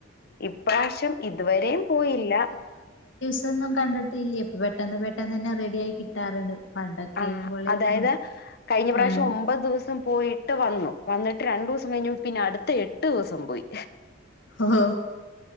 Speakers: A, on the left; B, on the left.
A: ഇപ്രാവശ്യം ഇതുവരെയും പോയില്ല
B: ന്നും കണ്ടിട്ടില്ലേ അപ്പ പെട്ടന്ന് പെട്ടെന്ന് തന്നെ റെഡി ആയി കിട്ടാറുണ്ട് പണ്ടൊക്കെ
A: ആ
B: പോലെയായിരുന്നു
A: അതായത് കഴിഞ്ഞ പ്രാവശ്യം
B: ആഹ്
A: ഒമ്പത് ദിവസം ദിവസം പോയിട്ട് വന്നു വന്നിട്ട് രണ്ടു ദിവസം കഴിഞ്ഞു പിന്നെ അടുത്ത എട്ട് ദിവസം പോയി
B: ഹൊ